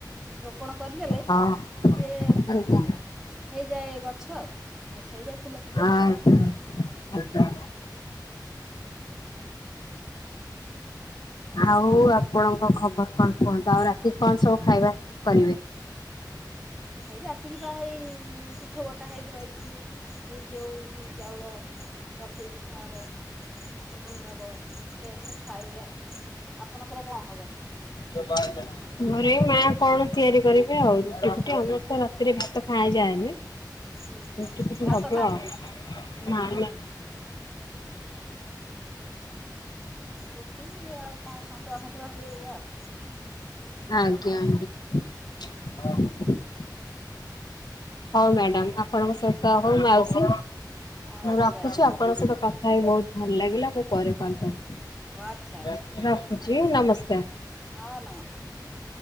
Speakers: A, in the centre; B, on the left.
A: ରୋପଣ କରିଦେଲେ
B: ହଁ
A: ସିଏ
B: ଆଜ୍ଞା।
A: ହେଇଯାଏ ଗଛ ଆଉ ଗଛ ହେଇଯାଏ ଫୁଲ ଫୁଟେ
B: ଆଜ୍ଞା
A: ଆଉ।
B: ଆଜ୍ଞା। ଆଉ ଆପଣଙ୍କ ଖବର କଣ କୁହନ୍ତୁ ଆଉ ରାତି କଣ ସବୁ ଖାଇବା କରିବେ।
A: ଏଇ ରାତିକି ପା ହେଇ ପିଠଉ ବଟା ହେଇକି ରହିଚି ଏ ଯୋଉ ବିରି ଚାଉଳ ଚକୁଳି ପିଠା ହବ। ଘୁଗୁନି ହବ ସେଏକୁ ସବୁ ଖାଇବେ ଆଉ। ଆପଣଙ୍କର କଣ ହବ?
B: <unintelligible> ଘରେ ଏଇ ମା କଣ ତିଆରି କରିବେ ଆଉ ରୁଟି ଫୁଟି, ଆମର ତ ରାତିରେ ଭାତ ଖାଆଯାଏନି।
A: ହୁଁ
B: ରୁଟି ଫୁଟି
A: ଭାତ
B: ହବ
A: ଖାଆନ୍ତିନି
B: ଆଉ, <unintelligible>
A: ରୁଟି ଆଉ କଣ ସନ୍ତୁଳା ଫନ୍ତୁଳା ହୁଏ ଏଇଆ ଆଉ।
B: ଆଜ୍ଞା ଆଜ୍ଞା <unintelligible> ହଉ ମ୍ୟାଡାମ, ଆପଣଙ୍କ ସହିତ ହଉ ମାଉସୀ
A: ଆଉ ଆଚ୍ଛା
B: ରଖୁଛି।
A: ଆଚ୍ଛା
B: ଆପଣଙ୍କ ସହିତ କଥା କଥା ବହୁତ ଭଲ ଲାଗିଲା। ମୁଁ ପରେ କଲ୍ କରିବି
A: ହଉ ଆଚ୍ଛା
B: ରଖୁଚି ନମସ୍କାର।
A: ହଁ ନମସ୍କାର।